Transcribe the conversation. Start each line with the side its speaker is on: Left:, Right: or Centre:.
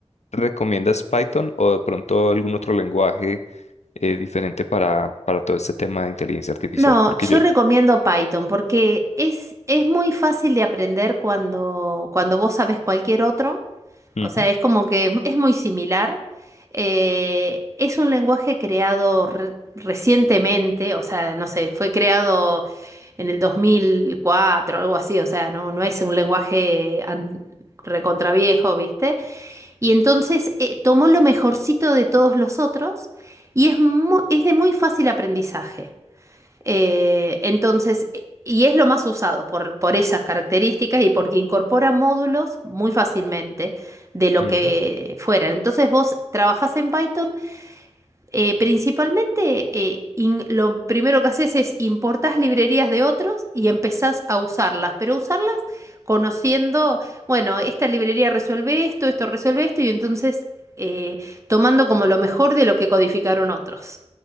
Left: recomiendas Python o de pronto algún otro lenguaje eh, diferente para, para todo este tema de inteligencia artificial?
Right: No,
Left: Porque
Right: yo
Left: yo...
Right: recomiendo Python porque es, es muy fácil de aprender cuando, cuando vos sabés cualquier otro.
Left: Ujú,
Right: O sea, es como que es muy similar. Eh, es un lenguaje creado re- recientemente, o sea, no sé, fue creado en el 2004, algo así, o sea, no, no es un lenguaje an- recontraviejo, ¿viste? Y entonces eh, tomó lo mejorcito de todos los otros y es, mu- es de muy fácil aprendizaje. Eh, entonces, e, y es lo más usado por, por esas características y porque incorpora módulos muy fácilmente de lo
Left: ujú,
Right: que fueran. Entonces vos trabajás en Python, eh, principalmente eh, in- lo primero que haces es importás librerías de otros y empezás a usarlas, pero usarlas conociendo, bueno, esta librería resuelve esto, esto resuelve esto, y entonces eh, tomando como lo mejor de lo que codificaron otros.